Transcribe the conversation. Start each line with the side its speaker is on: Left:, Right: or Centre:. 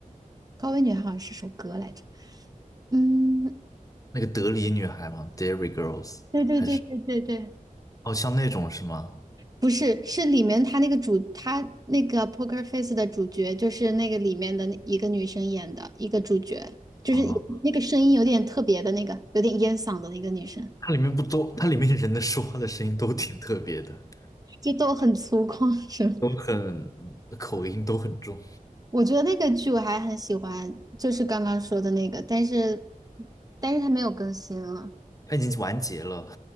Right: 高危女孩好像是首歌来着。嗯，
Left: 那个德里女孩吗 d a i r y Girls
Right: 对对对对对对，
Left: 还是哦，像那种是吗？
Right: 不是，是里面他那个主，他那个《Poker Face》的主角，就是那个里面的那一个女生演的一个主角，就是那个声音有点特别的那个，
Left: 啊，
Right: 有点烟嗓的那个女生，
Left: 它里面不都，它里面人的说话的声音都挺特别的，
Right: 就都很粗犷是吧？
Left: 都很口音都很重。
Right: 我觉得那个剧我还很喜欢，就是刚刚说的那个，但是但是它没有更新了，
Left: 它已经完结了，